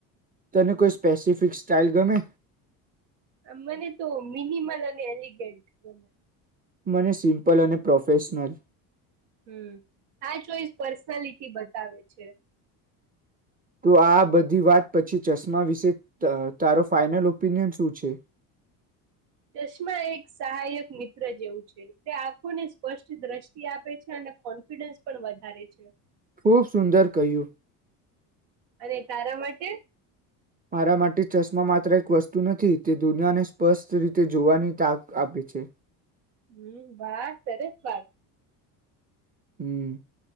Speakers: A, on the right; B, on the right.
A: તને કોઈ સ્પેસિફિક, સ્ટાઇલ ગમે?
B: મને તો મિનિમલ, અને એલિગન્ટ ગમે.
A: મને સિમ્પલ અને પ્રોફેશનલ
B: હમ, આ ચોઈસ પર્સનાલિટી બતાવે છે.
A: તો આ બધી વાત પછી, ચશ્મા વિશે તારો ફાઇનલ ઓપિનિયન શું છે?
B: ચશ્મા એક સહાયક મિત્ર જેવું છે, તે આંખોને સ્પષ્ટ દ્રષ્ટિ આપે છે, અને કોન્ફિડન્સ પણ વધારે છે.
A: ખૂબ સુંદર કહ્યું.
B: અને, તારા માટે
A: મારા માટે ચશ્મા માત્ર એક વસ્તુ નથી, તે દુનિયાને સ્પષ્ટ રીતે જોવાની તાક આપે છે.
B: હમ, વાહ! સરસ વાત.
A: હમ,